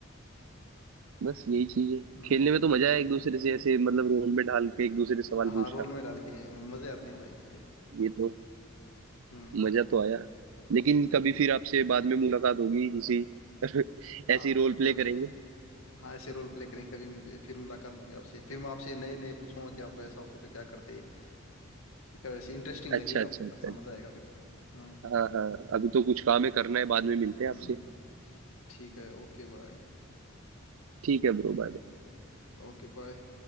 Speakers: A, on the right; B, on the left.
A: बस यही चीज है
B: हम्म
A: खेलने में तो मजा आया एक दूसरे
B: हम्म
A: से ऐसे मतलब रोल में ढाल के एक दूसरे से सवाल पूछना
B: हाँ रोल में डाल के मजे आते हैं भाई पूरे
A: ये तो
B: हम्म
A: मजा तो आया लेकिन कभी फिर आपसे बाद में मुलाकात होगी किसी <laughs>
B: हाँ
A: ऐसी रोल प्ले
B: कभी
A: करेंगे
B: हाँ ऐसे रोल प्ले करें कभी फिर मुलाकात होगी आपसे फिर मैं आपसे नए नए पूछूंगा कि आप वैसा होते तो क्या करते ठीक है वैसे इंटरेस्टिंग लगेगा
A: अच्छा अच्छा
B: आपको
A: अच्छा
B: अच्छा मजा आएगा फिर हाँ
A: हाँ हाँ अभी तो कुछ काम है करना है बाद में मिलते हैं
B: हम्म
A: आपसे
B: ठीक है ओके बाय
A: ठीक है ब्रो बाय
B: Okay bye